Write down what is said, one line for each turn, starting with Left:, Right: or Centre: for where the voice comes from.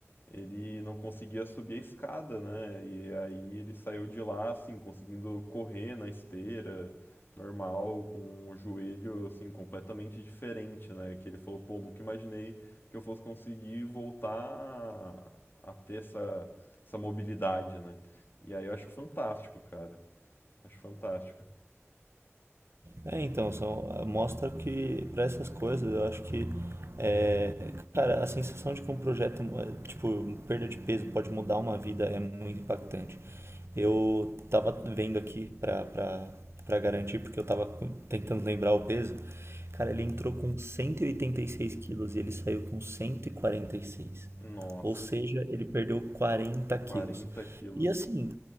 Left: ele não conseguia subir a escada, né? E aí ele saiu de lá, assim, conseguindo correr na esteira, normal, com o joelho, assim, completamente diferente, né? Que ele falou, pô, nunca imaginei que eu fosse conseguir voltar a, a ter essa, essa mobilidade, né? E aí eu acho fantástico, cara. Acho fantástico.
Right: É, então, são, mostra que para essas coisas eu acho que é, cara, a sensação de que um projeto, é, tipo, perda de peso pode mudar uma vida é muito impactante. Eu tava vendo aqui pra, pra, pra garantir, porque eu tava com- tentando lembrar o peso. Cara, ele entrou com 186 quilos e ele saiu com 146.
Left: Nossa.
Right: Ou seja, ele perdeu 40 quilos.
Left: 40 quilos.
Right: E assim,